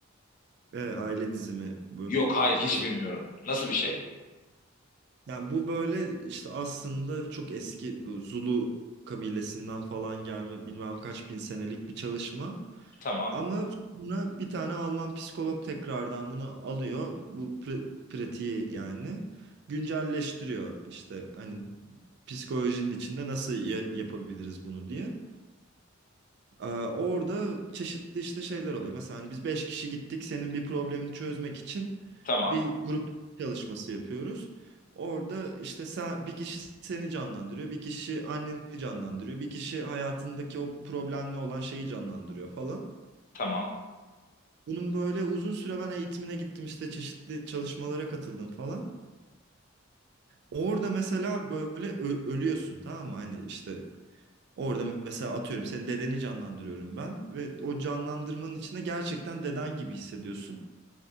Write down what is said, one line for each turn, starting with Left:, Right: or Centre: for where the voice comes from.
Right: Evet, aile dizimi böyle
Left: Yok hayır hiç
Right: çalış.
Left: bilmiyorum. Nasıl bir şey?
Right: Yani bu böyle işte aslında çok eski bu Zulu kabilesinden falan gelme bilmem kaç bin senelik bir çalışma.
Left: Tamam,
Right: Ama sonra bir tane Alman psikolog tekrardan bunu alıyor. Bu pr- pratiği yani güncelleştiriyor. İşte hani psikolojinin içinde nasıl ya- yapabiliriz bunu diye. Ee, orada çeşitli işte şeyler oluyor. Mesela hani biz 5 kişi gittik senin bir problemini çözmek için
Left: tamam,
Right: bir grup çalışması yapıyoruz. Orada işte sen, bir kişi seni canlandırıyor, bir kişi anneni canlandırıyor, bir kişi hayatındaki o problemle olan şeyi canlandırıyor falan.
Left: tamam.
Right: Bunun böyle uzun süre ben eğitimine gittim işte çeşitli çalışmalara katıldım falan. Orada mesela böyle ö- ölüyorsun tamam mı? Hani işte orada mesela atıyorum senin dedeni canlandırıyorum ben ve o canlandırmanın içinde gerçekten deden gibi hissediyorsun.